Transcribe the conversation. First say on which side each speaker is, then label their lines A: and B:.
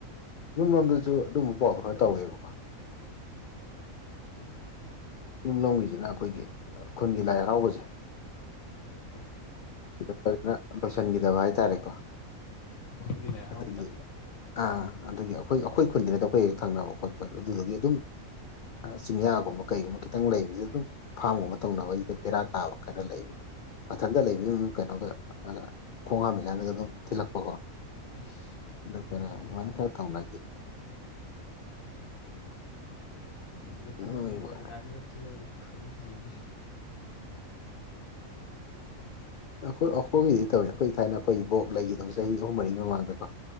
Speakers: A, on the left; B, on the left.
A: ꯌꯨꯝꯂꯣꯝꯗꯁꯨ ꯑꯗꯨꯒꯨꯝꯕ
B: ꯎꯝ
A: ꯄꯥꯎꯗꯣ ꯈꯔ ꯇꯧꯋꯦꯕꯀꯣ
B: ꯎꯝ
A: ꯌꯨꯝꯂꯣꯝꯒꯤꯁꯤꯅ ꯑꯩꯈꯣꯏꯒꯤ ꯈꯨꯟꯒꯤ ꯂꯥꯏ ꯍꯔꯥꯎꯕꯁꯦ꯫
B: ꯑ꯫
A: ꯁꯤꯗ ꯐꯖꯅ ꯂꯣꯏꯁꯤꯟꯈꯤꯗꯕ ꯍꯥꯏꯇꯥꯔꯦꯀꯣ
B: ꯈꯨꯟꯒꯤ ꯂꯥꯏ ꯍꯔꯥꯎꯕꯗ
A: ꯑꯗꯨꯒꯤ꯫ ꯑꯥ ꯑꯗꯨꯒꯤ ꯑꯩꯈꯣꯏ ꯑꯩꯈꯣꯏ ꯈꯨꯟꯗ꯭ꯔꯦꯗ ꯑꯩꯈꯣꯏ ꯍꯦꯛ ꯊꯪꯅꯕ ꯈꯣꯠꯄ ꯑꯗꯨꯗꯨꯗꯒꯤ ꯑꯗꯨꯝ꯫ ꯆꯤꯡꯌꯥꯒꯨꯝꯕ ꯀꯩꯒꯨꯝꯕ ꯈꯤꯇꯪ ꯂꯩꯕꯁꯤ ꯑꯗꯨꯝ ꯐꯥꯝꯒꯨꯝꯕ ꯇꯧꯅꯕꯒꯤꯗ ꯕꯦꯔꯥ ꯀꯥꯕ ꯈꯔ ꯂꯩꯕ ꯃꯊꯟꯇ ꯂꯩꯕꯤꯗꯨꯅ ꯑꯗꯨꯝ ꯀꯩꯅꯣꯗ ꯈꯣꯡ ꯍꯥꯝꯃꯤ ꯀꯥꯏꯅꯗ ꯑꯗꯨꯝ ꯊꯤꯜꯂꯛꯄꯀꯣ
B: ꯑꯁ
A: ꯑꯗꯨ ꯈꯔ ꯑꯗꯨꯃꯥꯏꯅ ꯈꯔ ꯇꯧꯅꯈꯤ
B: ꯂꯤꯇꯤꯜ
A: ꯅꯣꯛꯅꯤꯡꯕ
B: ꯂꯩꯉꯥꯏꯗ ꯔꯗꯥꯥꯅꯒ ꯆꯤꯜꯂꯒꯗꯤ ꯈꯪꯈꯤꯅꯤ
A: ꯑꯩꯈꯣꯏ ꯑꯩꯈꯣꯏꯒꯤꯗꯤ ꯇꯧꯋꯦ ꯑꯩꯈꯣꯏ ꯊꯥꯏꯅ ꯑꯩꯈꯣꯏ ꯕꯣꯛ ꯂꯩꯈꯤꯗꯕ ꯆꯍꯤ ꯑꯍꯨꯝ ꯃꯔꯤꯒꯤ ꯃꯃꯥꯡꯗ ꯀꯣ